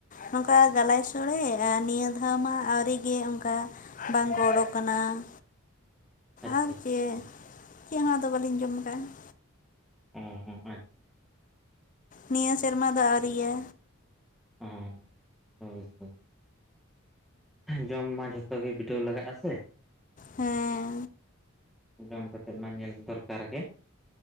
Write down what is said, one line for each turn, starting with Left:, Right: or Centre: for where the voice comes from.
Left: ᱱᱚᱝᱠᱟ ᱜᱟᱞᱟᱭ ᱥᱳᱲᱮ ᱟᱨ ᱱᱤᱭᱟᱹ ᱫᱷᱟᱣ ᱢᱟ ᱟᱹᱣᱨᱤ ᱜᱮ ᱚᱱᱠᱟ ᱵᱟᱝᱠᱚ ᱚᱰᱳᱠ ᱠᱟᱱᱟ ᱾
Centre: ᱟᱪᱪᱷᱟ
Left: ᱟᱨ
Centre: ᱟᱪᱪᱷᱟ
Left: ᱪᱮᱫ
Centre: ᱟᱪᱪᱷᱟ
Left: ᱪᱮᱫ ᱦᱚᱸ ᱟᱫᱚ ᱵᱟᱹᱞᱤᱧ ᱡᱚᱢ ᱟᱠᱟᱜᱼᱟ ᱾
Centre: ᱚᱸ ᱟᱪᱷᱟ ᱾
Left: ᱱᱤᱭᱟᱹ ᱥᱮᱨᱢᱟ ᱫᱚ ᱟᱹᱣᱨᱤᱭᱟ
Centre: <unintelligible> ᱡᱚᱢ ᱢᱟ ᱡᱷᱚᱛᱚ ᱜᱮ ᱵᱤᱰᱟᱹᱣ ᱞᱟᱜᱟᱜ-ᱟ ᱥᱮ
Left: ᱦᱮᱸ
Centre: ᱡᱚᱢ ᱠᱟᱛᱮᱜ ᱢᱟ ᱧᱮᱞ ᱫᱚᱨᱠᱟᱨ ᱜᱮ